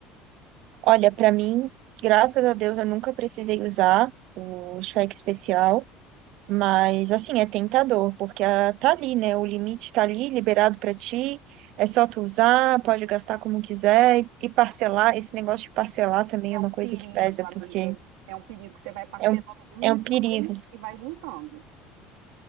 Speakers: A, on the right (about 60°); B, on the right (about 80°).
A: Olha, para mim, graças a Deus, eu nunca precisei usar o cheque especial, mas assim, é tentador, porque ah, tá ali, né? O limite tá ali, liberado para ti, é só tu usar, pode gastar como quiser e, e parcelar. Esse negócio de parcelar também
B: É
A: é
B: um
A: uma
B: perigo,
A: coisa que pesa,
B: amiga.
A: porque
B: É um perigo que você vai parcelando
A: é um,
B: um,
A: é um perigo,
B: dois e vai juntando.